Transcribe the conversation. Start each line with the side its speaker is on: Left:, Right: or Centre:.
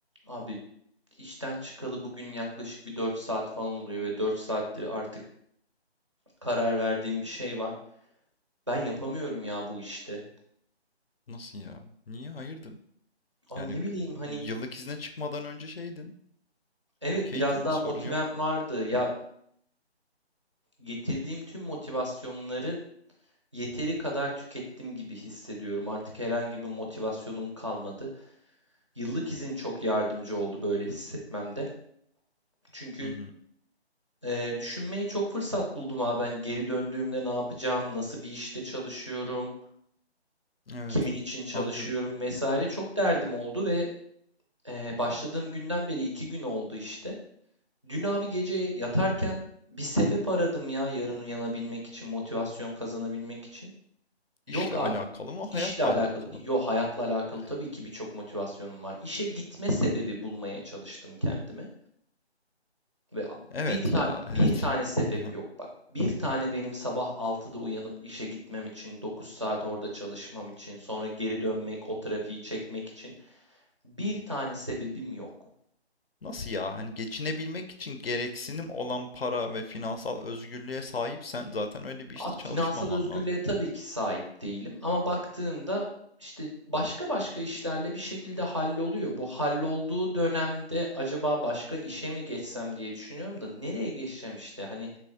Right: Abi işten çıkalı bugün yaklaşık bir 4 saat falan oluyor ve 4 saattir artık karar verdiğim bir şey var. Ben yapamıyorum ya bu işte.
Left: Nasıl ya? Niye? Hayırdır?
Right: Abi
Left: Yani
Right: ne bileyim hani
Left: yıllık izne çıkmadan önce şeydin.
Right: evet
Left: Okeydin,
Right: biraz daha
Left: bir sorun
Right: motivem
Left: yoktu.
Right: vardı. Ya getirdiğim tüm motivasyonları yeteri kadar tükettim gibi hissediyorum. Artık herhangi bir motivasyonum kalmadı. Yıllık izin çok yardımcı oldu böyle hissetmemde. Çünkü
Left: Hı hı.
Right: e, düşünmeye çok fırsat buldum abi. Hani geri döndüğümde ne yapacağım, nasıl bir işte çalışıyorum.
Left: Evet.
Right: kimin için çalışıyorum
Left: Anlıyorum.
Right: vesaire çok derdim oldu ve e, başladığım günden beri iki gün oldu işte. Dün abi gece yatarken bir sebep aradım ya yarın uyanabilmek için, motivasyon kazanabilmek için. Yok
Left: İşle
Right: abi.
Left: alakalı mı, hayatla
Right: İşle alakalı,
Left: alakalı
Right: yok
Left: mı?
Right: hayatla alakalı
Left: Yani,
Right: tabii ki birçok motivasyonum var. İşe gitme sebebi bulmaya çalıştım kendime ve ab-
Left: evet
Right: bir tane
Left: ya,
Right: bir
Left: evet.
Right: tane sebep
Left: Aha.
Right: yok bak. Bir tane benim sabah altıda uyanıp işe gitmem için, 9 saat orada çalışmam için, sonra geri dönmek, o trafiği çekmek için. Bir tane sebebim yok.
Left: Nasıl ya? Hani geçinebilmek için gereksinim olan para ve finansal özgürlüğe sahipsen zaten öyle bir işte
Right: Abi
Left: çalışmaman
Right: finansal özgürlüğe
Left: lazım.
Right: tabii ki sahip değilim ama baktığında işte başka başka işlerle bir şekilde halloluyor. Bu hallolduğu dönemde acaba başka işe mi geçsem diye düşünüyorum da nereye geçeceğim işte? Hani